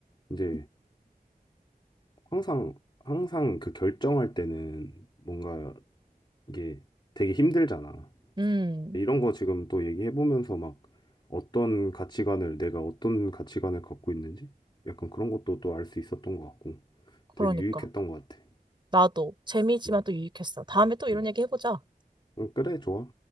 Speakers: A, on the left; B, on the right.
A: 이제 항상 항상 그 결정할 때는 뭔가 이게 되게 힘들잖아.
B: 음,
A: 이런 거 지금 또 얘기해 보면서 막 어떤 가치관을 내가 어떤 가치관을 갖고 있는지 약간 그런 것도 또 알 수 있었던 것 같고 되게
B: 그러니까.
A: 유익했던 것 같아.
B: 나도 재미있지만
A: 음,
B: 또 유익했어. 다음에 또 이런
A: 음.
B: 얘기 해보자.
A: 음, 그래, 좋아.